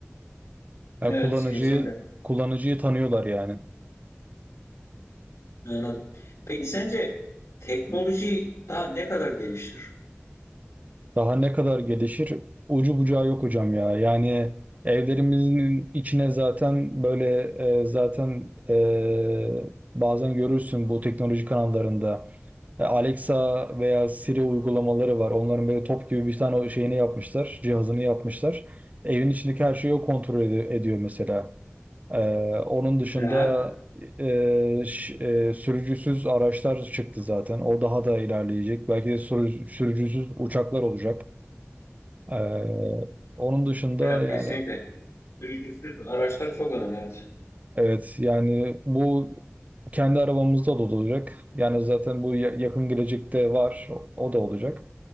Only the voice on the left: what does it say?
Evet,
kesinlikle.
Anladım. Peki sence teknoloji daha ne kadar gelişir?
Aha.
Evet,
kesinlikle. Vergisiz araçlar çok önemli evet.